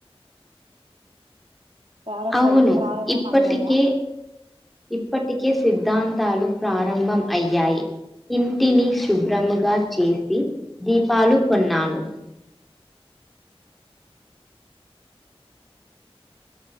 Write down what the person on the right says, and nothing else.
ప్రారంభై
ప్రారంభం
అయ్యాయా